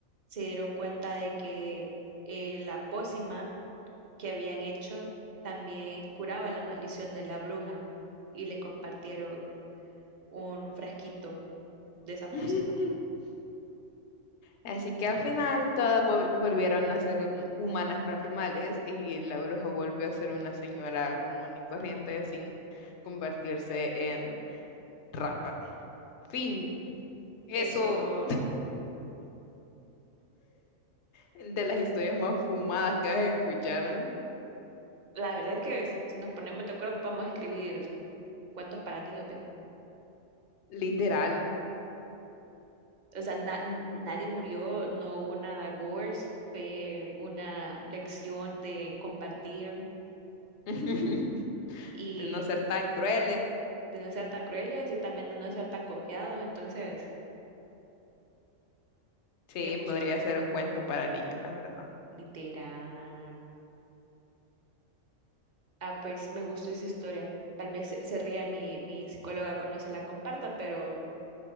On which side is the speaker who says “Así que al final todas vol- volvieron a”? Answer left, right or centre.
Left